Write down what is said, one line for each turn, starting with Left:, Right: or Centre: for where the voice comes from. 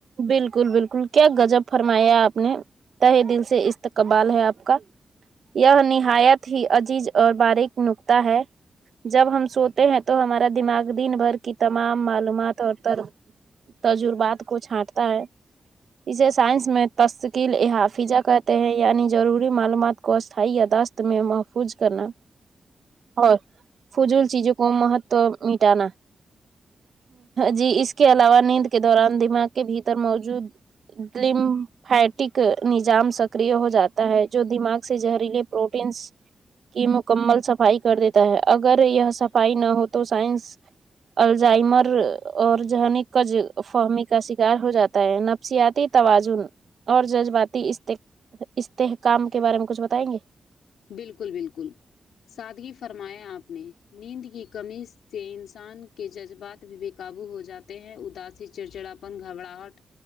Right: بلکل بلکل کیا گاجب فرمایا آپ نے اتہ دل سے استقبال ہے آپ کا یہ نہایت ہی عجیز اور باریک نکطہ ہے جب ہم سوتے ہیں تو ہمارا دماغ دن بھر کی تمام معلومات اور تجربات کو چھانٹتا ہے اسے سائنس میں تشکیل حافظہ کہتے ہیں یعنی ضروری معلومات کو اسھائی یاداشت تو میں محفوظ کرنا اور فضول چیزوں کو مہتو مٹانا جی اس کے علاوہ نیند کے دوران دماغ کے بھیتر موجود الیم فیٹک نظام سکر ہو جاتا ہے جو دماغ سے زہریلے پروٹینس کی مکمل صفائی کر دیتا ہے اگر یہ صفائی نہ ہو تو سائنس الزائمر اور جہنی ک فاہمی کا س ار ہو جاتا ہے نفسیاتی توازن اور جذباتی اسٹے استحکام کے بارے میں کچھ بتائیں گے
Left: بالکل بالکل سادگی فرمایا آپ نے نیند کی کمی سے انسان کے جذبات بھی بے کابو ہو جاتے ہیں اداسی چڑچڑاپن گھبراہٹ